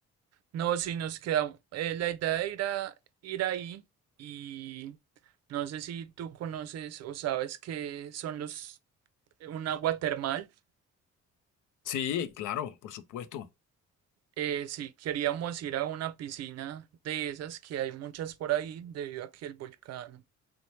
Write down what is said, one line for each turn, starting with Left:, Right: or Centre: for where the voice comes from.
Right: No, si nos queda eh, la idea de ir a ir ahí y no sé si tú conoces o sabes qué son los eh, un agua termal.
Left: Sí, claro, por supuesto.
Right: Eh, si queríamos ir a una piscina de esas que hay muchas por ahí debido a que el volcán